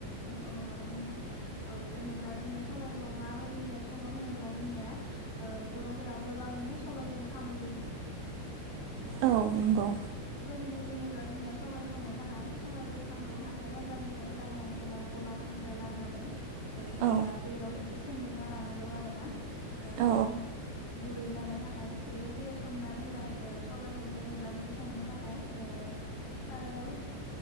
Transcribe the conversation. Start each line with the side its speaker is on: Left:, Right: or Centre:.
Left: औ औ हागा मोनथां औ जेनेबा जोंनिया सब म बायदिाय सो होनोब्ला जोंनि बर'फोरा गोबाङैनो स सो ज
Right: औ नंगौ
Left: दिनै जेनेबब्ला जोंनिया सबबाय संनो थाखाय सबाइ गोथांखौ हाथाय बाजारनिफ्राय लाबोनानै एबा गलाफोरनिफ्राय लाबोनानै जेनेबा
Right: औ
Left: दैयाव एसे सोमग्रोना लानांगौ आरो ना आ
Right: औ
Left: गुरै ज थाखाय बे दैयाव सोमना दोननाय सबबायखौ जेनेबा जों संनो थाखाय सारायाव